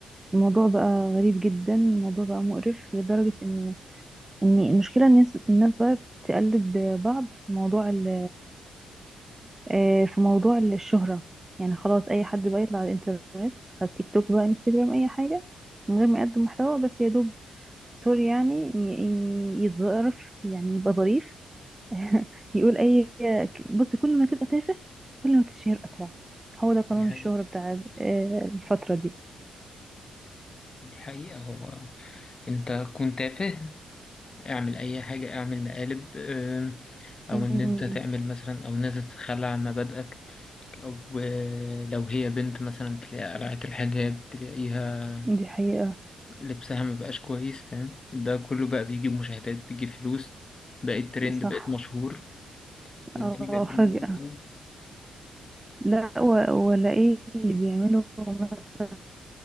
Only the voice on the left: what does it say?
دي حقيقة
دي حقيقة هو أنت كنت تافه اعمل اي حاجة اعمل مقالب آم، او
ان انت تعمل مثلا او ان انت تتخلى عن مبادئك او آه، لو هي بنت مثلا تلاقي قلعت الحجاب تلاقيها
لبسها مبقاش كويس فاهم ده كله بقى بيجيب مشاهدات بيجيب فلوس بقيت ترند
بقيت مشهور والدنيا
بقت بالنسبة
لك تمام